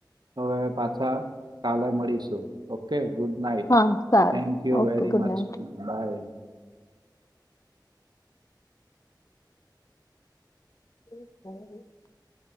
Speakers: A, on the right; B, on the left.
A: હવે પાછા કાલે મળીશું ઓકે. ગુડ નાઇટ
B: હા સારું
A: thank you
B: okay
A: very
B: good
A: much
B: night
A: by.
B: <inaudible>